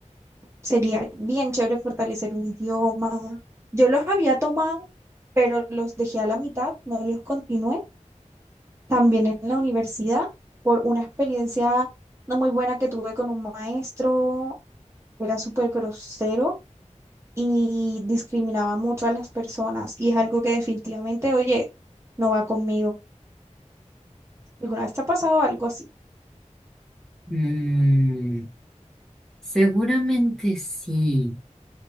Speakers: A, on the right; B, in the centre.
A: Sería bien chévere fortalecer un idioma. Yo los había tomado, pero los dejé a la mitad, no los continué. También en la universidad, por una experiencia no muy buena que tuve con un maestro, era súper grosero y discriminaba mucho a las personas. Y es algo que definitivamente, oye, no va conmigo. ¿Alguna vez te ha pasado algo así?
B: Mm, seguramente sí.